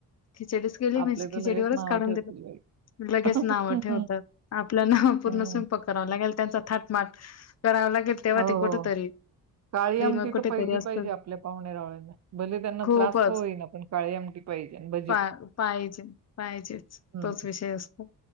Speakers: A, on the left; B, on the right.
A: खिचडीच केली म्हणजे
B: आपले तर
A: खिचडीवरच
B: लगेच नावं
A: काढून
B: ठेवतील
A: दिलं
B: बाई.
A: लगेच
B: हं.
A: नाव ठेवतात. आपल्या पूर्ण
B: हो,
A: स्वयंपाक करावा लागेल त्यांचा थाटमाट करावा लागेल तेव्हा
B: हो.
A: ते कुठ तरी
B: काळी आमटी
A: मग कुठेतरी
B: तर पहिली
A: असतं
B: पाहिजे आपल्या पाहुणे रावळेना भले त्यांना
A: खूपच
B: त्रास का होईना पण काळी आमटी पहिली आणि भ
A: पा पाहिजे पाहिजेच
B: हं.
A: तोच विषय असतो.